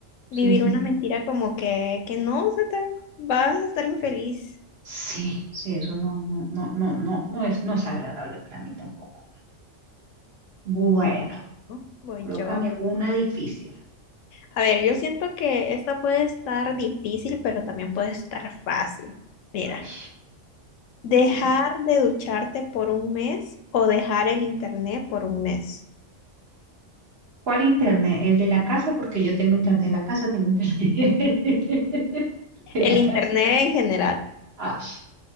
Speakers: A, on the right; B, on the left.
A: Sí,
B: vivir
A: sí,
B: una
A: sí.
B: mentira como que, que no, se te, vas a estar infeliz.
A: Sí, sí, eso no, no, no, no, no, no es, no es agradable para mí tampoco. Bueno,
B: ¿no? Voy
A: colócame
B: yo.
A: una difícil.
B: A ver, yo siento que esta puede estar difícil, pero también puede estar fácil. Mira,
A: Ay,
B: Dejar
A: dime.
B: de ducharte por un mes o dejar el internet por un mes.
A: ¿Cuál internet? ¿El de la casa? Porque yo tengo internet de la casa, tengo internet <laughs> de
B: El
A: la
B: internet
A: casa.
B: en general.
A: Ay,